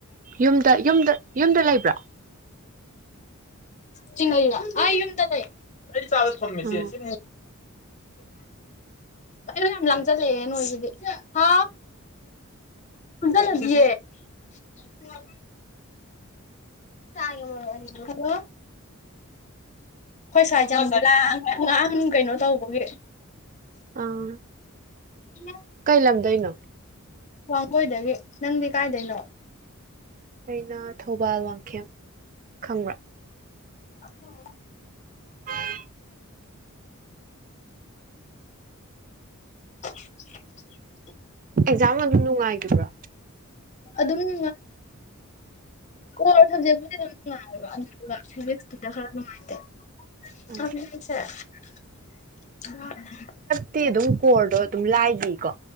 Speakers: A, on the right; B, on the left.
A: ꯌꯨꯝꯗ ꯌꯨꯝꯗ ꯌꯨꯝꯗ ꯂꯩꯕ꯭ꯔꯥ
B: ꯆꯤꯡ ꯑꯨꯝꯗ ꯂꯩ ꯑꯩ ꯆꯥꯗ ꯊꯝꯃꯦꯁꯦ
A: ꯑꯥ
B: ꯁꯤ ꯀꯩꯅꯣ ꯌꯥꯝ ꯂꯥꯡꯁꯤꯜꯂꯛꯑꯦ ꯅꯣꯏꯁꯤꯗꯤ ꯍꯥ ꯄꯨꯟꯁꯤꯜꯂꯗꯤꯌꯦ ꯍ ꯀꯌꯦꯅꯤꯂꯣ ꯍꯣꯏ ꯁ꯭ꯋꯥꯖ ꯉꯍꯥꯡ ꯀꯩꯅꯣ ꯇꯧꯕꯒꯤ
A: ꯑꯥ
B: ꯏ
A: ꯀꯩ ꯂꯝꯗꯣꯏꯩꯅꯣ
B: ꯋꯥꯡꯒꯣꯏꯗꯒꯤ ꯅꯪꯗꯤ ꯀꯥꯏꯗꯩꯅꯣ
A: ꯑꯩꯅ ꯊꯧꯕꯥꯜ ꯋꯥꯡꯈꯦꯝ ꯈꯪꯕ꯭ꯔꯥ
B: ꯑꯣ
A: ꯑ
B: <inaudible>
A: ꯑꯦꯛꯖꯥꯝ ꯑꯗꯨ ꯅꯨꯡꯉꯥꯏꯈꯤꯕ꯭ꯔꯥ
B: ꯑꯗꯨꯝ ꯀꯔ ꯁꯖꯦꯛꯉꯔ ꯈꯔꯅꯨꯡꯉꯥꯏ
A: ꯎꯝ
B: ꯑꯁꯦ
A: ꯠꯇꯤ ꯑꯗꯨꯝ ꯀꯣꯔꯗꯣ ꯑꯗꯨꯝ ꯂꯥꯏꯒꯤꯀꯣ